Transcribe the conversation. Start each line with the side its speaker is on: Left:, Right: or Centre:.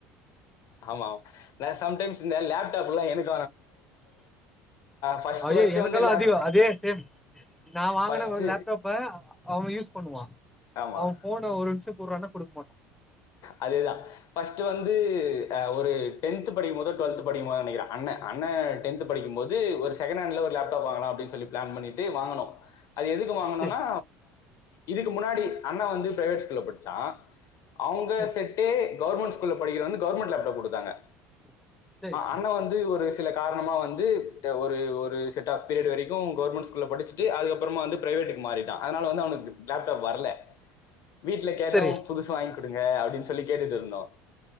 Left: ஆமா ந சம்டைம்ஸ் இந்த லேப்டாப் எலாம் எனக் ஃபர்ஸ்ட்
Centre: அயோ
Left: ஃபர்ஸ்ட்
Centre: எனக்கெலாம்
Left: வந்து லேப்
Centre: அதிக அதே சேம் நான் வாங்கின
Left: ஃபர்ஸ்ட்
Centre: லேப்டாப்ப அவன் யூஸ் பண்ணுவான்
Left: ஆமா
Centre: அவன் போன ஒரு நிமிஷம் குடுறான்னா குடுக்க மாட்டா
Left: அதேதான் ஃபஸ்ட் வந்து ஒரு டென்த் படிக்கும் போது டுவள்த் படிக்கும் போது நெனக்கிறேன் அண்ணே படிக்கும்போது ஒரு செகனண்ட் லேப்டாப் ஒரு <unintelligible> சொி பிளான்பண்ணிட் ட்டு வாங்கணும் அது எதுக்கு வாங்கனும்னா
Centre: சேரி
Left: இதுக்கு முன்னாடி அண்ணா வந்து பிரைவேட் ஸ்கூல்ல படிச்சான் அவங்க
Centre: சேரி
Left: செட்டே கவர்மெண்ட் ஸ்கூல்ல படிக்கிற வந்து கவர்மென்ட் லேப்டாப் குடு தாங்க
Centre: சேரி
Left: அண்ணா வந்து ஒரு சில காரண மாமா வந்து ஓரு ஓரு செட் ஆப் ப் பி ரியோட் வரைக்கும் கொவ்வேர்ந்மென்ட் ஸ்கூல்ல படிச்சிட்டு அதுக்கப்பறமா பிரைவேட்க்கு மாறிட்டான் அதனால வந்து அவனுக்கு லேப்டாப் வரல வீட்டுல கேட்டும்
Centre: சேரி
Left: புதுச வாங் அப்படின்னு சொல்லி கேட்டுட்டு இருந்தோம்